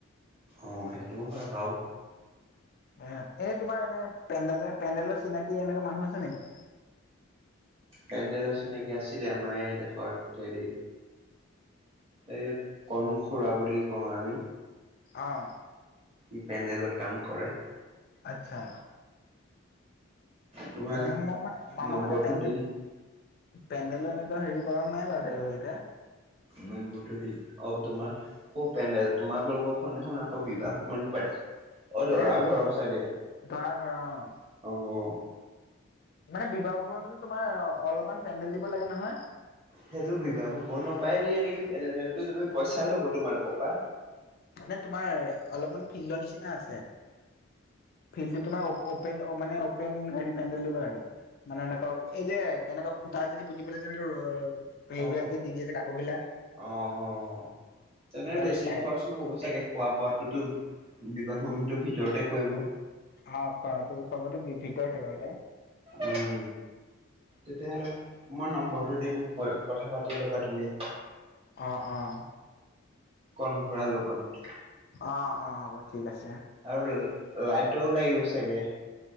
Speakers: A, on the right; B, on the left.
A: অঁ সেইটোও হয় বাৰু।
B: এ এনে তোমাৰ এনে পেণ্ডেলৰ পেণ্ডেলৰ চিনাকি এনেকুৱা মানুহ আছে নেকি?
A: পেণ্ডেলৰ চিনাকি আছিলে আমাৰ এই দোখত হেৰি এই, কণখুৰা বুলি কওঁ আমি।
B: অঁ।
A: ই পেণ্ডেলত কাম কৰে।
B: আচ্ছা।
A: তোমাৰ
B: এনে ম-মানে, মমা,
A: নম্বৰটো
B: মানে তে
A: দি দিম
B: পেণ্ডেলো এনেকুৱা হেৰি কৰা নাই বাৰু তেলকে
A: নম্বৰটো দি অ, তোমাৰ ক, পেডেল তোমাৰ লগৰখন দেখোন আকৌ বিবাহমণ পাছ অ, দৰা
B: এই
A: ঘৰৰ চাগে।
B: দৰা ঘৰ অ'।
A: অ'।
B: মানে বিবাহ ভৱনতো তোমাৰ অলপমান পেণ্ডেল দিব লাগে নহয়।
A: সেইটো বিভাহ হ'ব নাপায় দিয় এ নেকি তুম পইচা ল'ব তোমালোকৰ পৰা।
B: মানে তোমাৰ অলপমান ফিল্ডৰ নিচিনা আছে। ফিল্ড তোমাৰপেন মানে অপেন হে পেডেল দিব লাগে। মানে এনেকুৱা এই যে কেনেকুৱা খুটা যদি পুতি পেলাই যেনেকে হেৰিবিলাক
A: অ', অ',
B: যে দি দিয়ে যে কাপোৰ বিলাক
A: অ', তেনে
B: অলপ
A: বেছি
B: ষ্টাই
A: খৰচ নহ'ব চাগে। খোৱা-বোৱটোতো বিবাহ ভূমিটো ভিতৰতে কৰিব।
B: অ, খোৱাাতটো, খোৱাবো ভিতৰত থে ব এটা।
A: উম তেতিয়াহ'লে মই নম্বৰটো দিম ক কথা পাতি ল'বা তুমি।
B: অ', অ'।
A: কণফোৰাৰ লগত।
B: অ', অ', হ'ব ঠিক আছে।
A: আৰু লাইটও লাগিব চাগে।